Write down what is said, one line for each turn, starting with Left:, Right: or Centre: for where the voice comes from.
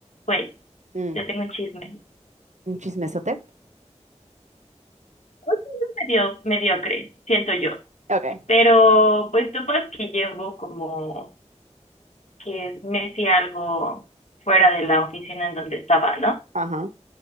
Left: Güey,
Right: Mm,
Left: te tengo un chisme. Un
Right: un chismesote.
Left: chisme medio mediocre, siento yo.
Right: Ok.
Left: Pero pues topas que llevo como que es mes y algo fuera de la oficina en donde estaba, ¿no?
Right: Ajá.